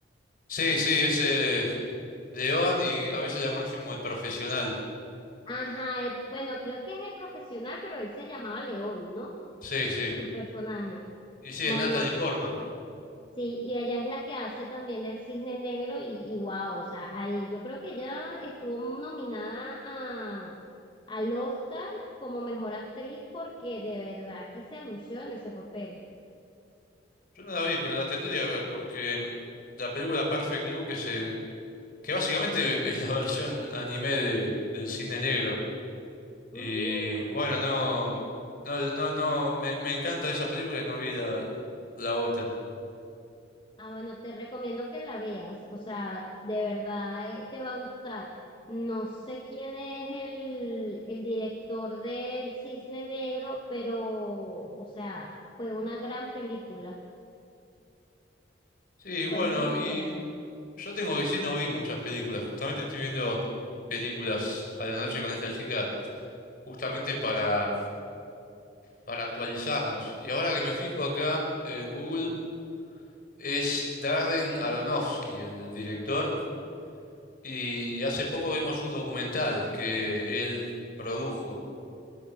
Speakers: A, on the left (about 50°); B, on the left (about 25°).
A: sí, sí, ese. León y a veces la conocen como el profesional.
B: Ajá, eh, bueno, creo que es el profesional, pero él se llamaba León, ¿no?
A: Sí, sí.
B: Su personaje.
A: Y sí,
B: Bueno,
A: es Natalie Portman.
B: Sí, y ella es la que hace también el Cisne Negro y, y wow, o sea, ahí yo creo que ella estuvo nominada a, al Oscar como mejor actriz porque de verdad que se lució en ese papel.
A: Yo no la vi, pero la tendría que ver porque mm, la película Perfect Blue que se, que básicamente <laughs> es la versión anime de, del Cisne Negro. Y
B: Mm, ok.
A: bueno, no, no, no, no, me, me encanta esa película y no vi la, la otra.
B: Ah, bueno, te recomiendo que la veas, o sea, de verdad eh, te va a gustar. No sé quién es el, el director del Cisne Negro, pero, o sea, fue una gran película,
A: Sí, bueno,
B: fue muy, muy
A: y
B: buena.
A: yo tengo que decir, no vi muchas películas. Justamente estoy viendo películas a la noche con esta chica, justamente para para actualizarnos. Y ahora que me fijo acá en Google, es Darren Aronofsky, el director, y hace poco vimos un documental que él produjo,